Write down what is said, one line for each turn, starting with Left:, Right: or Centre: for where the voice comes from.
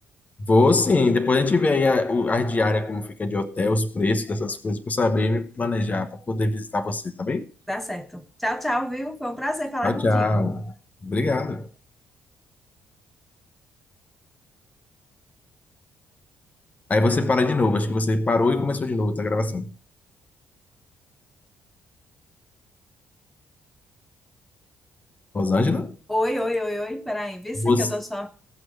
Left: Vou sim. Depois a gente vê aí a, o- a diária, como fica de hotel, os preços dessas coisas, para saber me planejar, para poder visitar você, tá bem?
Centre: Tá certo. Tchau, tchau, viu? Foi um prazer falar
Left: Tchau,
Centre: contigo.
Left: tchau. Obrigado. Aí você para de novo. Acho que você parou e começou de novo, tá gravação. Rosângela?
Centre: Oi, oi, oi, oi. Peraí, vê se
Left: Você,
Centre: que eu tô só